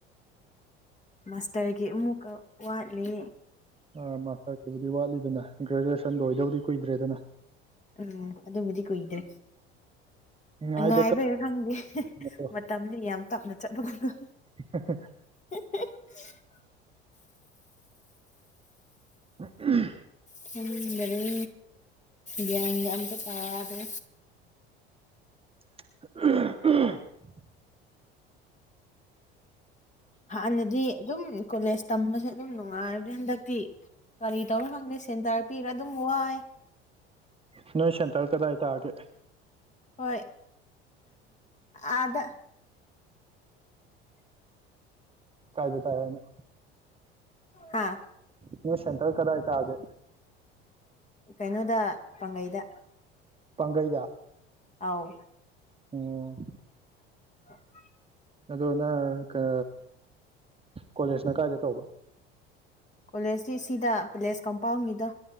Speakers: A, on the left; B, on the right.
A: ꯃꯥꯁꯇꯔꯒꯤ ꯑꯃꯨꯛꯀꯥ ꯋꯥꯠꯂꯤ
B: ꯑꯥ ꯃꯥꯁꯇꯔꯒꯤꯕꯨꯗꯤ ꯋꯥꯠꯂꯤꯗꯅ ꯒ꯭ꯔꯦꯖꯨꯑꯦꯁꯟ ꯂꯣꯏꯗꯧꯗꯤ ꯀꯨꯏꯗ꯭ꯔꯦꯗꯥꯅ
A: ꯎꯝ ꯑꯗꯨꯕꯨꯗꯤ ꯀꯨꯏꯗ꯭ꯔꯦ
B: ꯉꯥꯏꯕ
A: ꯉꯥꯏꯕꯩꯔꯥ ꯈꯪꯗꯦ
B: ꯀꯟꯕꯗꯣ
A: ꯃꯇꯝꯗꯤ ꯌꯥꯝ ꯇꯞꯅ ꯆꯠꯄꯥꯒꯨꯝ ꯇꯧꯋꯤ
B: <unintelligible>
A: <unintelligible>
B: ꯎꯝ
A: ꯈꯪꯗꯔꯦ ꯒꯌꯥꯟꯒꯥ ꯑꯃꯇꯥ ꯇꯥꯗꯥꯔꯦ
B: <unintelligible>
A: ꯍꯥꯟꯅꯗꯤ ꯑꯗꯨꯝ ꯀꯣꯂꯦꯖ ꯇꯝꯕꯁꯦ ꯑꯗꯨꯝ ꯅꯨꯡꯉꯥꯏꯕꯅꯤ ꯍꯟꯗꯛꯇꯤ ꯀꯔꯤ ꯇꯧꯔ ꯈꯪꯗꯦ ꯁꯦꯟꯇꯔ ꯄꯤꯔ ꯑꯗꯨꯝ ꯋꯥꯏ
B: ꯅꯣꯏ ꯁꯦꯟꯇꯔ ꯀꯗꯥꯏ ꯇꯥꯒꯦ
A: ꯍꯣꯏ ꯑꯥꯗꯥ
B: ꯀꯥꯏꯗ ꯇꯥꯏ ꯍꯥꯏꯅꯣ
A: ꯍꯥ
B: ꯅꯣꯏ ꯁꯦꯟꯇ꯭ꯔ ꯀꯗꯥꯏ ꯇꯥꯒꯦ
A: ꯀꯩꯅꯣꯗꯥ ꯄꯥꯡꯒꯩꯗꯥ
B: ꯄꯥꯡꯒꯩꯗꯥ
A: ꯑꯥꯎ
B: ꯑꯣ
A: <unintelligible>
B: ꯑꯗꯣ ꯅꯪ ꯀꯥ ꯀꯣꯂꯦꯖꯅ ꯀꯥꯏꯗ ꯇꯧꯕ
A: ꯀꯣꯂꯦꯖꯇꯤ ꯁꯤꯗ ꯄꯦꯂꯦꯁ ꯀꯝꯄꯥꯎꯟꯒꯤꯗꯣ